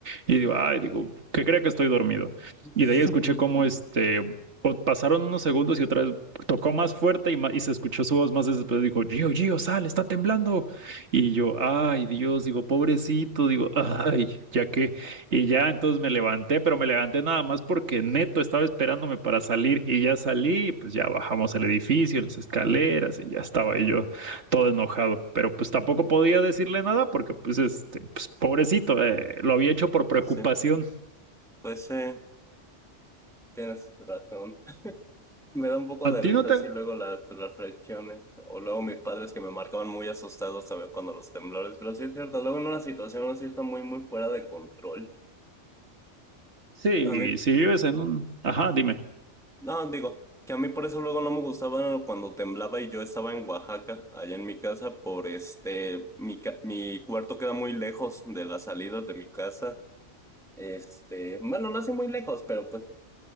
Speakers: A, on the right; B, in the centre.
A: Y digo, ay, digo, que crea que estoy dormido.
B: <laughs>
A: Y de ahí escuché cómo este, po- pasaron unos segundos y otra vez tocó más fuerte y, ma- y se escuchó su voz más después. Dijo, Gio, Gio, sal, está temblando. Y yo, ay, Dios, digo, pobrecito, digo, ay, ya que. Y ya entonces me levanté, pero me levanté nada más porque Neto estaba esperándome para salir y ya salí, y pues ya bajamos el edificio, las escaleras y ya estaba ahí yo todo enojado. Pero pues tampoco podía decirle nada porque pues, este, pues pobrecito, eh, lo había hecho por preocupación.
B: Sí, pues sí, tienes razón. Me da un poco
A: ¿A
B: de
A: ti
B: risa
A: no te?
B: así luego las, las reacciones, o luego mis padres que me marcaban muy asustados, ¿sabes? Cuando los temblores, pero sí es cierto, luego en una situación así está muy, muy fuera de control.
A: Sí,
B: A mí,
A: si vives en un... Ajá, dime.
B: no, digo, que a mí por eso luego no me gustaba cuando temblaba y yo estaba en Oaxaca, allá en mi casa, por este, mi, ca- mi cuarto queda muy lejos de las salidas de mi casa, este, bueno, no así muy lejos, pero pues